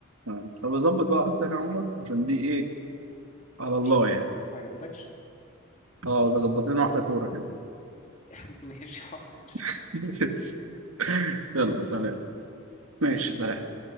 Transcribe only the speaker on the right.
تمام طب ظبط بقى واحدة تانية يا عمر عشان دي إيه على الله
يعني
اه ظبط لنا واحدة كورة كده
<laughs> يلا
سلام
ماشي سلام